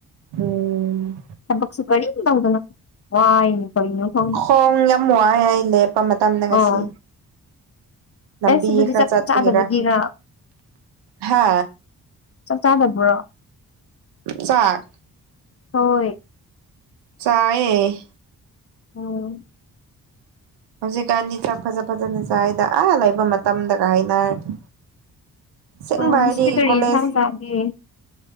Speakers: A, on the right; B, on the left.
A: ꯎꯝ
B: ꯊꯕꯛꯁꯨ ꯀꯔꯤꯝ ꯇꯧꯗꯅ ꯋꯥꯏꯅꯤ ꯀꯩꯅꯣ ꯈꯪꯗꯦ
A: ꯈꯣꯡ ꯌꯥꯝ ꯋꯥꯏ ꯑꯩ ꯂꯦꯞꯄ ꯃꯇꯝꯗ ꯉꯁꯤ
B: ꯑꯣ
A: ꯂꯝꯕꯤ
B: ꯑꯦꯁ ꯑꯗꯨꯗꯤ
A: ꯈꯔ
B: ꯆꯥꯛ
A: ꯆꯠꯄꯒꯤꯔ
B: ꯆꯥꯗꯕꯒꯤꯔ
A: ꯍꯥ
B: ꯆꯥꯛ ꯆꯥꯗꯕ꯭ꯔꯣ
A: ꯆꯥꯛ
B: ꯍꯣꯏ
A: ꯆꯥꯏꯌꯦ
B: ꯎꯝ
A: ꯍꯧꯖꯤꯛꯀꯥꯟꯗꯤ ꯆꯥꯛ ꯐꯖ ꯐꯖꯅ ꯆꯥꯏꯌꯦꯗ ꯑꯥ ꯂꯩꯕ ꯃꯇꯝꯗꯒ ꯍꯥꯏꯅꯔꯗꯤ ꯑꯁꯦꯡꯕ
B: ꯑꯣ ꯉꯁꯤꯗꯤ
A: ꯍꯥꯏꯗꯤ
B: ꯀꯔꯤ
A: ꯀꯣꯂꯦꯖ
B: ꯌꯦꯟꯁꯥꯡ ꯆꯥꯒꯦ